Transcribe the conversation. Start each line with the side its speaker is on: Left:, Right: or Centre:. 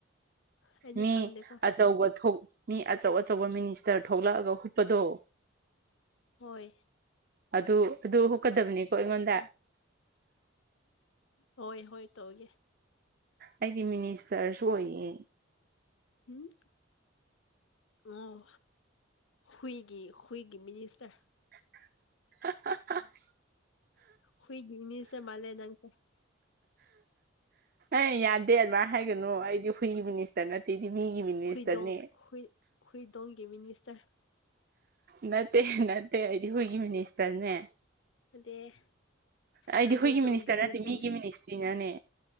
Left: ꯑꯩꯗꯤ
Right: ꯃꯤ
Left: ꯈꯪꯗꯦꯀꯣ
Right: ꯑꯆꯧꯕ ꯊꫭ ꯃꯤ ꯑꯆꯧ ꯑꯆꯧꯕ ꯃꯤꯅꯤꯁꯇꯔ ꯊꯣꯛꯂꯛꯑꯒ ꯍꯨꯨꯞꯄꯗꯣ
Left: ꯍꯣꯏ
Right: ꯑꯗꯨ ꯑꯗꯨ ꯍꯨꯀꯗꯕꯅꯤꯀꯣ ꯑꯩꯉꯣꯟꯗ
Left: ꯍꯣꯏ ꯍꯣꯏ ꯇꯧꯒꯦ
Right: ꯑꯩꯗꯤ ꯃꯤꯅꯤꯁꯇꯔꯁꯨ ꯑꯣꯏꯌꯦ
Left: ꯎꯝ ꯑꯣ ꯍꯨꯏꯒꯤ ꯍꯨꯏꯒꯤ ꯃꯤꯅꯤ ꯏꯁꯇꯔ
Right: <unintelligible>
Left: ꯍꯒ ꯃꯤꯁꯦ ꯃꯥꯂꯦ ꯅꯪꯁꯦ
Right: ꯑꯦ ꯌꯥꯗꯦ ꯑꯗꯨꯃꯥꯏꯅ ꯍꯥꯏꯒꯅꯨ ꯑꯩꯗꯤ ꯍꯨꯏꯒꯤ ꯃꯤꯅꯤꯁꯇꯔ ꯅꯠꯇꯦꯗꯤ ꯃꯤꯒꯤ ꯃꯤꯅꯤꯁꯇꯔꯅꯦ
Left: ꯍꯨꯏꯗꯣꯡ ꯍꯨꯏ ꯍꯨꯏ ꯗꯣꯡꯒꯤ ꯃꯤꯅꯤꯁꯇꯔ
Right: ꯅꯠꯇꯦ ꯅꯠꯇꯦ ꯑꯩꯗꯤ ꯍꯒꯤ ꯃꯅꯤꯁꯇꯔꯅꯦ
Left: ꯅꯠꯇꯦ
Right: ꯑꯩꯗꯤ
Left: ꯅꯪ
Right: ꯍꯨꯏꯒꯤ
Left: ꯍꯨꯏꯗꯣꯡꯒꯤ
Right: ꯃꯤꯅꯤꯁꯇꯔ
Left: ꯃꯤꯅꯤꯁꯇꯔꯅꯦ
Right: ꯅꯠꯇꯦ ꯃꯤꯒꯤ ꯃꯤꯅꯤꯁꯇ꯭ꯔꯤꯅꯅꯦ